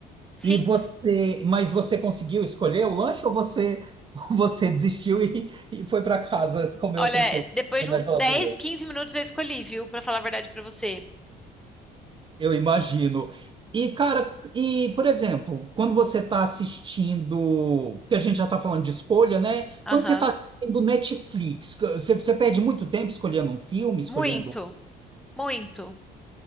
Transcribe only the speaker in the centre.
Sim.
Olha,
depois
de uns
10 15 minutos eu escolhi, viu? Pra falar a verdade pra você.
Aham.
Muito, muito.